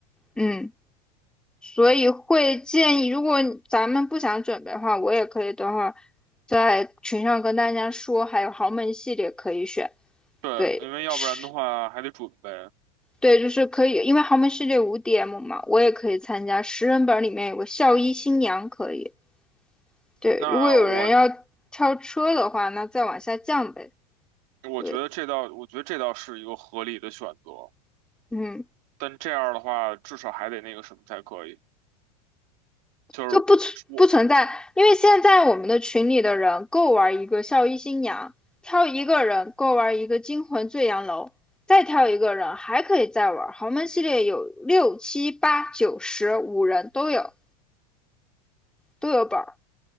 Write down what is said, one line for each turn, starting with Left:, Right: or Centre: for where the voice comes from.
Centre: 嗯，所以会建议，如果你咱们不想准备的话，我也可以等会儿在群上跟大家说，还有豪门系列可以选。
Right: 对，
Centre: 对，
Right: 因为要不然的话还得准备。
Centre: 是，对，就是可以，因为豪门系列无 DM 嘛，我也可以参加。十人本里面有个校医新娘可以。对，
Right: 那我
Centre: 如果有人要跳车的话，那再往下降呗。
Right: 我觉得这倒，
Centre: 对，
Right: 我觉得这倒是一个合理的选择。
Centre: 嗯，
Right: 但这样的话，至少还得那个什么才可以。就是我
Centre: 就不存不存在，因为现在我们的群里的人够玩一个孝衣新娘，挑一个人够玩一个惊魂醉阳楼，再挑一个人还可以再玩豪门系列有六七八九十五人都有都有本。儿。